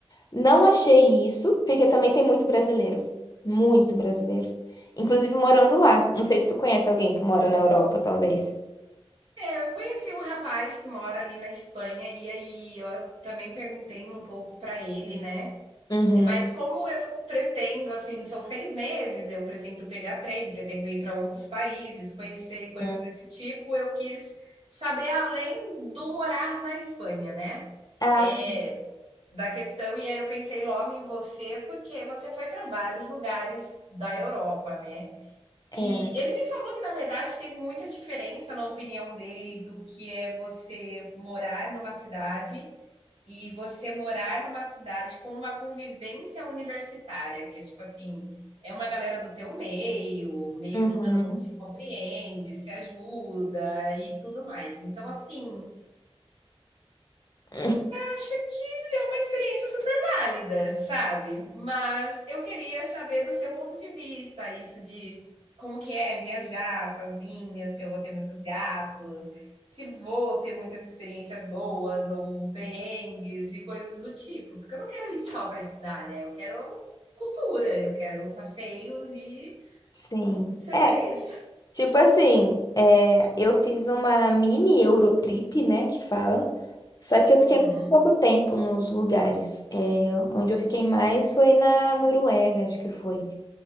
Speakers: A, on the left; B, on the right.
A: Não achei isso, porque também tem muito brasileiro. Muito brasileiro. Inclusive morando lá. Não sei se tu conhece alguém que mora na Europa, talvez.
B: É, eu conheci um rapaz que mora ali na Espanha e aí eu também perguntei um pouco para ele, né?
A: Uhum.
B: Mas como eu pretendo, assim, são seis meses, eu pretendo pegar trem, pretendo ir para outros países, conhecer coisas
A: Uhum.
B: desse tipo, eu quis saber além do morar na Espanha, né?
A: Ah,
B: É,
A: sim.
B: da questão, e aí eu pensei logo em você, porque você foi para vários lugares da Europa, né?
A: É.
B: E ele me falou que, na verdade, tem muita diferença na opinião dele do que é você morar numa cidade e você morar numa cidade com uma convivência universitária, que é tipo assim, é uma galera do teu meio, meio
A: Uhum.
B: que todo mundo se compreende, se ajuda e tudo mais. Então, assim,
A: <laughs>
B: Acho que é uma experiência super válida, sabe? Mas eu queria saber do seu ponto de vista, isso de como que é viajar sozinha, se eu vou ter muitos gastos, se vou ter muitas experiências boas ou perrengues e coisas do tipo, porque eu não quero ir só para estudar, né? Eu quero cultura, eu quero passeios e
A: Sim.
B: ser
A: É,
B: feliz.
A: Tipo assim, é, eu fiz uma mini Eurotrip, né, que fala. Só que eu
B: Uhum.
A: fiquei muito pouco tempo nos lugares. É, onde eu fiquei mais foi na Noruega, acho que foi.